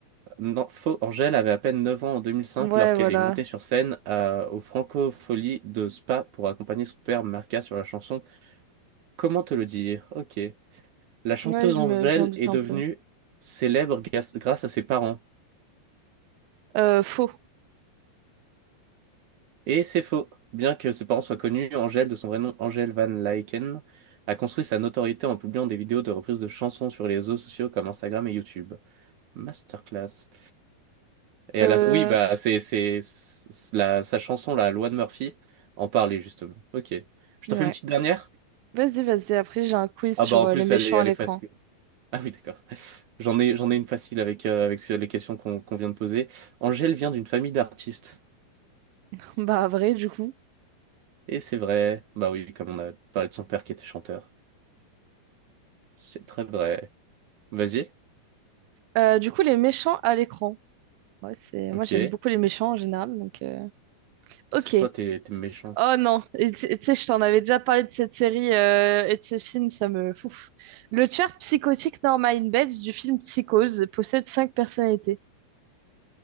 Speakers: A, on the right (about 65°); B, on the right (about 80°).
A: Non, faux. Angèle avait à peine 9 ans en 2005
B: Ouais,
A: lorsqu'elle
B: voilà.
A: est montée sur scène à- au Francofolie de Spa pour accompagner son père Marca sur la chanson Comment te le dire? Ok. La chanteuse
B: Ouais, je
A: Angèle
B: me, je m'en doute
A: est
B: un
A: devenue
B: peu.
A: célèbre gas- grâce à ses parents.
B: Euh, faux.
A: Et c'est faux. Bien que ses parents soient connus, Angèle, de son vrai nom Angèle Van Lycken, a construit sa notoriété en publiant des vidéos de reprises de chansons sur les réseaux sociaux comme Instagram et YouTube. Masterclass. Et elle
B: Euh,
A: a- Oui, bah, c'est, c'est, c'est la, sa chanson, la loi de Murphy, en parlait justement. Ok. Je
B: ouais.
A: t'en fais une petite dernière?
B: Vas-y, vas-y. Après, j'ai un quiz
A: Ah,
B: sur
A: bah, en
B: euh,
A: plus,
B: les méchants
A: elle est, elle
B: à l'écran.
A: est facile. <laughs> Ah oui, d'accord. J'en ai, j'en ai une facile avec, euh, avec les questions qu'on qu'on vient de poser. Angèle vient d'une famille d'artistes.
B: <laughs> Bah, vrai, du coup.
A: Et c'est vrai. Bah oui, comme on a parlé de son père qui était chanteur. C'est très vrai. Vas-y.
B: Euh, du coup, les méchants à l'écran. Ouais, c'est...
A: Ok.
B: Moi, j'aime beaucoup les méchants en général, donc... euh, Ok.
A: C'est toi, t'es, t'es méchante.
B: Oh non, et tu tu sais, je t'en avais déjà parlé de cette série euh, et de ce film, ça me fouf. Le tueur psychotique Norman Bates du film Psychose possède cinq personnalités.